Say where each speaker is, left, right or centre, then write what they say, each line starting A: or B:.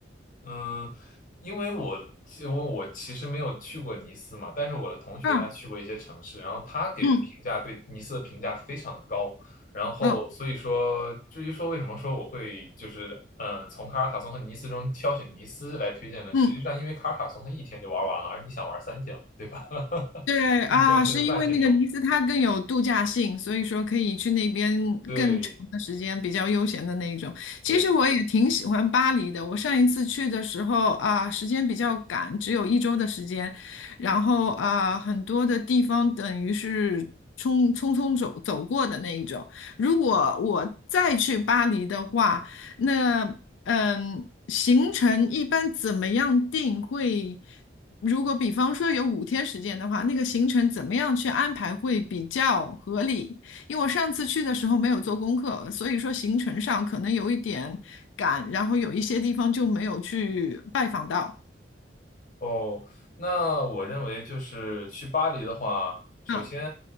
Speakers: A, on the left; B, on the left.
A: 嗯，因为我因为我其实没有去过尼斯嘛，但是我的同学他去过一些城市，
B: 嗯
A: 然后他给的评价对尼斯的评价非常的高，
B: 嗯
A: 然后所以说至于说为什么说我会就是嗯从卡尔卡松和尼斯中挑选尼斯来推荐呢？
B: 嗯嗯。
A: 实际上因为卡尔卡松他一天就玩完了，而你想玩三天嘛，对吧？<laughs>
B: 对啊，
A: 一天甚至半天就
B: 是因为那个尼斯它更有度假性，所以说可以去那边更长的时间，
A: 对
B: 比较悠闲的那一种。其实我也挺喜欢巴黎的，
A: 对。
B: 我上一次去的时候啊，时间比较赶，只有一周的时间，然后啊，很多的地方等于是匆匆匆走走过的那一种。如果我再去巴黎的话，那嗯，行程一般怎么样定会？如果比方说有五天时间的话，那个行程怎么样去安排会比较合理？因为我上次去的时候没有做功课，所以说行程上可能有一点赶，然后有一些地方就没有去拜访到。
A: 哦，那我认为就是去巴黎的话，首先，
B: 嗯